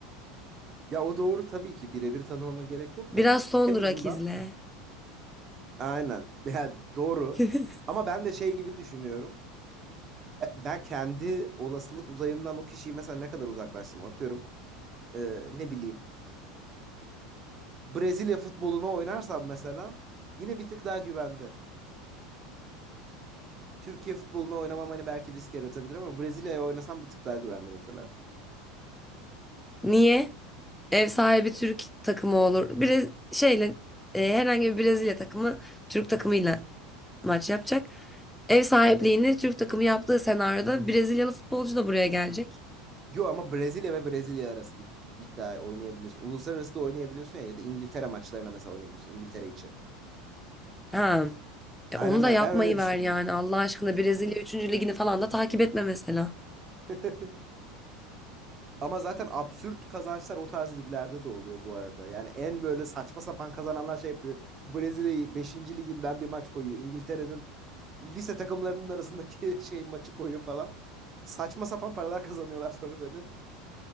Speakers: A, on the right; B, in the centre.
A: Ya o doğru tabii ki birebir tanımama gerek yok
B: Biraz
A: da b-
B: son
A: en
B: durak
A: azından
B: izle.
A: aynen. Yani doğru.
B: <laughs>
A: Ama ben de şey gibi düşünüyorum. Be- Ben kendi olasılık uzayımdan o kişiyi mesela ne kadar uzaklaştırırım atıyorum. e, ne bileyim. Brezilya futboluna oynarsam mesela yine bir tık daha güvende. Türkiye futboluna oynamam hani belki risk yaratabilir ama Brezilya'ya oynasam bir tık daha güvende mesela.
B: Niye? Ev sahibi Türk takımı olur. Brez şeyle e, herhangi bir Brezilya takımı Türk takımıyla maç yapacak. Ev sahipliğini Türk takımı yaptığı senaryoda Brezilyalı futbolcu da buraya gelecek.
A: Yo ama Brezilya ve Brezilya arası bir iddia oynayabiliyorsun. Uluslararası da oynayabiliyorsun ya ya da İngiltere maçlarına mesela oynayabiliyorsun İngiltere içi.
B: Ha, E
A: Aynen
B: onu da
A: aynen.
B: yapmayı
A: Ben öyle
B: ver
A: düşündüm.
B: yani Allah aşkına Brezilya üçüncü ligini falan da takip etme mesela.
A: <laughs> Ama zaten absürt kazançlar o tarz liglerde de oluyor bu arada. Yani en böyle saçma sapan kazananlar şey yapıyor. Brezilya'yı beşinci liginden bir maç koyuyor. İngiltere'nin lise takımlarının arasındaki <laughs> şey maçı koyuyor falan. Saçma sapan paralar kazanıyorlar sonra böyle.